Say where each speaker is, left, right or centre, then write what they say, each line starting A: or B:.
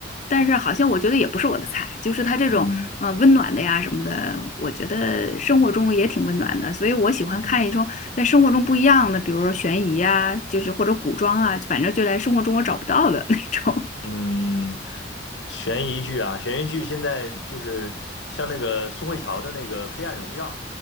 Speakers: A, on the left; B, on the left.
A: 但是好像我觉得也不是我的菜，就是他这种嗯、
B: 嗯
A: 呃温暖的呀什么的，我觉得生活中也挺温暖的，所以我喜欢看一种在生活中不一样的，
B: 嗯。
A: 比如说悬疑呀，就是或者古装啊，反正就在生活中我找不到的 <laughs> 那种。
B: 嗯，悬疑剧啊，悬疑剧现在就是像那个宋慧乔的那个《黑暗荣耀》，